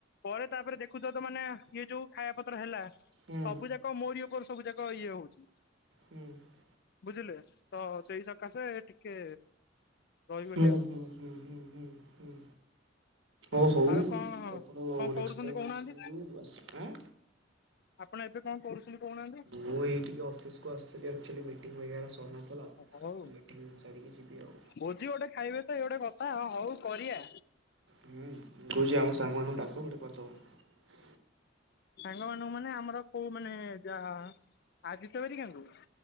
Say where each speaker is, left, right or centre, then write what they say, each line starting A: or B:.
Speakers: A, on the left (about 55°); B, on the right (about 70°).
A: ପରେ ତାପରେ ଦେଖୁଛ ତ ମାନେ ଇଏ ଯୋଉ ଖାଇବା ପତ୍ର ହେଲା,
B: ହୁଁ
A: ସବୁ ଯାକ ମୋରି ଉପ ଉପରେ ସବୁ ଯାକ ଇଏ ହଉଛି।
B: ହୁଁ
A: ବୁଝିଲେ, ତ ସେଇ ସକାଶେ ଟିକେ ରହିଗଲି
B: ହୁଁ
A: ଆଉ
B: ହୁଁ ହୁଁ ହୁଁ ହୁଁ ହୁଁ। ଓ ହଉ
A: ଆଉ କଣ
B: ଆପଣ
A: କଣ କରୁଛନ୍ତି
B: ନେଷ୍ଟ ଟାଇମ
A: କହୁନାହାନ୍ତି
B: ଆସିବେ ଯୋଉ ଆସିବେ ଆଁ
A: ଆପଣ ଏବେ କଣ କରୁଛନ୍ତି? କହୁନାହାନ୍ତି
B: ମୁଁ ଏଇ ଟିକେ ଅଫିସକୁ ଆସିଥିଲି ଆକଚୁଆଲି ମିଟିଂ ବଗେରା ସରି ନଥିଲା
A: ହଉ।
B: ମିଟିଂ ସାରିକି ଯିବି। ଆଉ।
A: ଭୋଜି ଗୋଟେ ଖାଇବେ ତ ଏଇ ଗୋଟେ କଥା ଆ ହଉ କରିବା।
B: ହୁଁ ମୁଁ କହୁଛି ଆମ ସାଙ୍ଗ ମାନଙ୍କୁ ଡାକ ଗୋଟେ କରିଦବା।
A: ସାଙ୍ଗ ମାନଙ୍କୁ ମାନେ ଆମର କୋଉ ମାନେ ଯାହା ଆଦିତ୍ୟ ହେରିକାଙ୍କୁ?